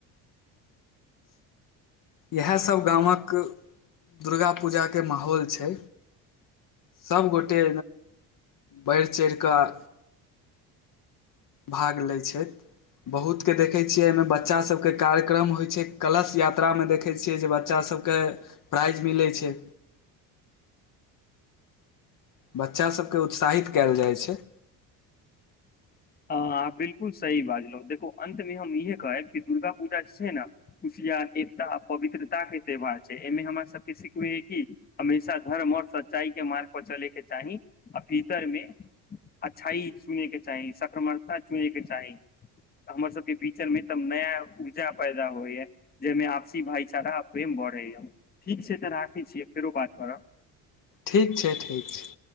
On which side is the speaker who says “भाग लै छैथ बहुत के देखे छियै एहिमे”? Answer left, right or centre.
Left